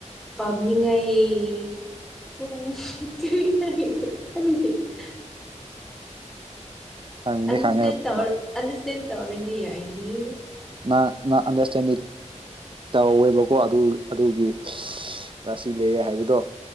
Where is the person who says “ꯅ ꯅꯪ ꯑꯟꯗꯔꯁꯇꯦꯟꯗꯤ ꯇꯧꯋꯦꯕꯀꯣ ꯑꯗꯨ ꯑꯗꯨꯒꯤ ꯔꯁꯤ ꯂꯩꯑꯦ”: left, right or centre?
Right